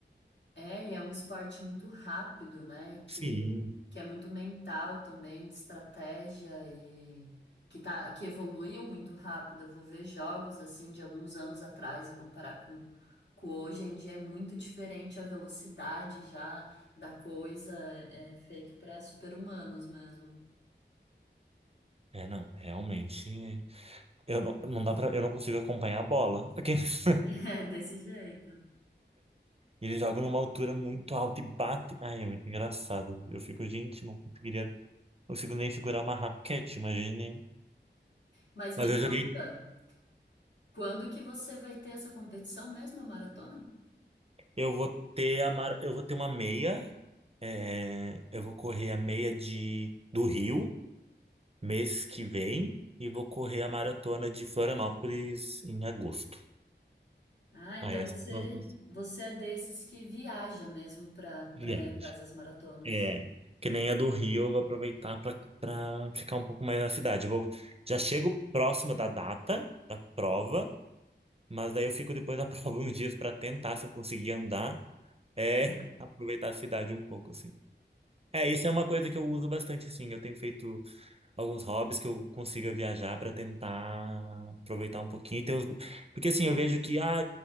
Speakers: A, on the left; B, on the right.
A: É, e é um esporte muito rápido, né? Que,
B: Sim.
A: que é muito mental também, de estratégia e que tá, que evoluiu muito rápido. Eu vou ver jogos assim de alguns anos atrás e comparar com, com hoje em dia é muito diferente a velocidade já da coisa, é feito para super-humanos mesmo.
B: É, não, realmente. Eu não, não dá pra, eu não consigo acompanhar a bola. <laughs> Aqueles-
A: <laughs> É desse jeito.
B: Eles jogam numa altura muito alta e bate, Ai, é muito engraçado. Eu fico, gente, não conseguiria. Não consigo nem segurar uma raquete, imagine.
A: Mas
B: Mas
A: me
B: eu
A: conta,
B: joguei.
A: quando que você vai ter essa competição mesmo, a maratona?
B: Eu vou ter a mar... eu vou ter uma meia. é, Eu vou correr a meia de do Rio mês que vem e vou correr a maratona de Florianópolis em agosto.
A: Ah, então
B: Aí essas
A: você,
B: são as minhas
A: você é desses que viaja mesmo para para
B: viagens.
A: ir atrás das maratonas.
B: É, que nem a do Rio, eu vou aproveitar para para ficar um pouco mais na cidade. Eu Vou, já chego próximo da data da prova, mas daí eu fico depois da <laughs> prova uns dias para tentar, se eu conseguir andar, é,
A: <laughs>
B: <laughs> aproveitar a cidade um pouco, assim. É, isso é uma coisa que eu uso bastante, assim. Eu tenho feito alguns hobbies que eu consiga viajar para tentar aproveitar um pouquinho. e ter os- Porque assim, eu vejo que, ah,